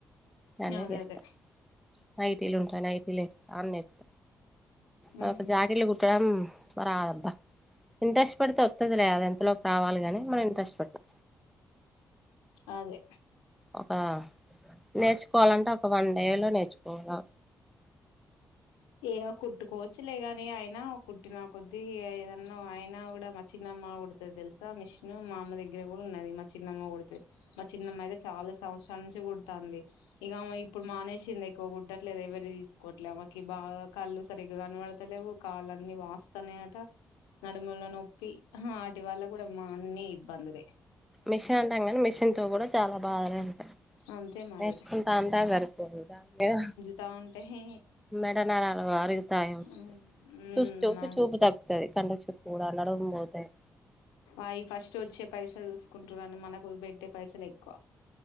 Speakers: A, in the centre; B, on the left (about 80°).
A: ఇవన్నీ
B: అదే
A: చేస్తా
B: అదే
A: నైటీలు ఉంటే నైటిలు వేస్త అన్ని ఏత్త నాకు
B: ఉమ్
A: జాకిట్లు కుట్టడము మరిదబ్బా ఇంట్రెస్ట్ పెడితే వస్తది లే అది ఎంతలోప్ రావాలి కానీ మనం ఇంట్రెస్ట్ పెటం
B: అదే
A: ఒక నేర్చుకోవాలంటే ఒక వన్ డేలో నేర్చుకోవాల
B: ఇగ కుట్టుకోవచ్చులే కని అయినా కుట్టి నాక కొద్ధిఏదన్నా అయినా కూడా మా చిన్నమ్మ కుడ్ తది తెలుసా మిషన్ మా అమ్మ దగ్గర కూడా ఉన్నది మా చిన్నమ్మ కుడుతది మా చిన్నమ్మాయితే చాలా సంవత్సరాల నుంచి కుడుతంది ఇగ ఆమె ఇప్పుడు మానేసింది ఎక్కువ కుట్టట్లేదు ఎవరిది తీసుకోవట్లే అవక్ కి బాగా కళ్ళు సరిగ్గా కనబడుతలేవు కాళ్లు అన్ని వాస్తున్నయట నడుముల నొప్పి వాటి వల్ల కూడా మా అన్ని ఇబ్బందులే
A: మిషన్ అంటాం కానీ మిషన్ తో కూడా చాలా బాధనే ఉంటాయి
B: అంతే మరి
A: నేర్చుకుంటా అంతా గరిపోతది దాని మీద
B: తా ఉంటాయి
A: మేడనా అల అరుగుతాయి
B: ఉమ్
A: చూసి చూసి చూపు తగ్గుతది కంటి చూపు కూడా నడుము పోతది
B: అవి ఫస్ట్ వచ్చే పైసలు చూసుకుంటరు కానీ మనకు పెట్టే పైసలు ఎక్కువ